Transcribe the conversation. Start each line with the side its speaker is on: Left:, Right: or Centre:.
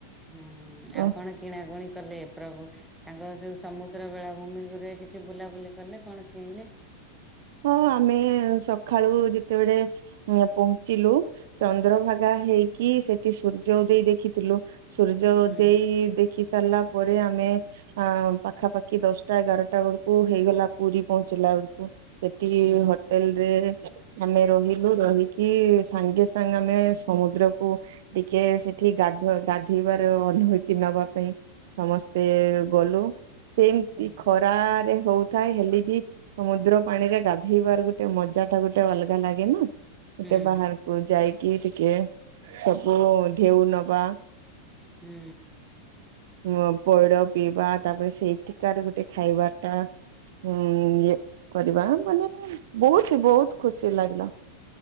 Centre: ହୁଁ
Right: ଓ
Centre: ଆଉ କଣ କିଣାକଣି କଲେ? ପ୍ରଭୁ ତାଙ୍କର ଯୋଉ ସମୁଦ୍ର ବେଳାଭୂମିରେ କିଛି ବୁଲାବୁଲି କଲେ, କଣ କିଣିଲେ?
Right: ହଁ ଆମେ ସକାଳୁ ଯେତେବେଳେ ପହଞ୍ଚିଲୁ, ଚନ୍ଦ୍ରଭାଗା ହେଇକି ସେଠି ସୂର୍ଯ୍ୟ ଉଦୟ ଦେଖିଥିଲୁ। ସୂର୍ଯ୍ୟ ଉଦୟ
Centre: ହୁଁ
Right: ଦେଖି ସାରିଲା ପ ରେ ଆମେ ଅ ପାଖାପାଖି ଦଶଟା ଏଗାରଟା ବେଳକୁ ହେଇଗଲା ପୁରୀ ପହଞ୍ଚିଲା ବେଳକୁ। ସେଠି
Centre: ହୁଁ
Right: ହୋଟେଲରେ। ଆମେ ରହିଲୁ, ରହିକି ସାଙ୍ଗେ ସାଙ୍ଗେ ଆମେ ସମୁଦ୍ରକୁ ଟିକେ ସେ ଠି ଗାଧୁଆ ଗାଧେଇବାର ଅନୁଭୂତି ନବା ପାଇଁ। ସମସ୍ତେ ଗଲୁ, ସେମିତି
Centre: ହୁଁ
Right: ଖରାରେ ହଉଥାଏ, ହେଲେ ବି ସମୁଦ୍ର ପାଣିରେ ଗାଧେଇବାର ଗୋଟେ ମଜାଟା ଗୋଟେ ଅଲଗା ଲାଗେ ନା? ଗୋଟେ
Centre: ହୁଁ
Right: ବାହାରକୁ ଯାଇକି ଟିକେ ସବୁ ଢେଉ ନବା।
Centre: ହୁଁ।
Right: ପ ପଇଡ ପିଇବା, ତାପରେ ସେଇଠିକାର ଗୋଟେ ଖାଇବାଟା ହୁଁ ଇଏ କରିବା ମାନେ ବହୁତ ବହୁତ ଖୁସି ଲାଗିଲା।